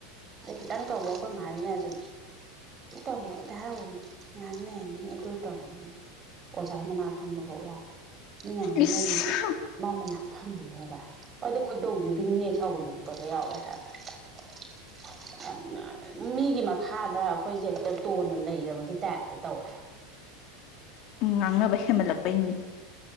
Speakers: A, on the right; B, on the left.
A: ꯈꯤ ꯇꯥꯥꯟ ꯇꯧꯕ ꯈꯣꯃꯖꯤꯅꯖꯨ ꯇꯧꯅꯣ ꯑꯣꯏꯅ <inaudible> ꯉꯥꯡꯅꯅꯤ ꯑꯗꯨ ꯇꯧꯅꯤ ꯑꯣꯖꯥꯒꯤ ꯃꯅꯥꯛ ꯐꯝꯕ ꯐꯧ ꯌꯥꯗꯦ ꯃꯤꯅꯉꯥꯏ
B: ꯏꯁ
A: ꯅ ꯃꯥꯗ ꯉꯍ ꯐꯝꯅꯨꯒ ꯍꯗ ꯈꯣꯏꯗꯧꯁꯤꯦꯗꯤꯉꯦꯛ ꯁꯥꯎꯒ ꯅꯄꯒ ꯌꯥꯎꯔꯦ ꯍꯥꯏꯕ <inaudible> ꯌꯥꯝꯅ ꯃꯤꯒꯤ ꯃꯈꯥꯗ ꯑꯩꯈꯣꯏꯁꯦ ꯍꯦꯛꯇ ꯇꯣꯟꯅ ꯂꯩꯔꯕꯒꯤ ꯇꯥꯏꯞꯇ ꯇꯧꯋꯦ <unintelligible>
B: ꯎ ꯉꯥꯡꯅꯕ ꯍꯦꯃꯜꯂꯛꯄꯩꯅꯤ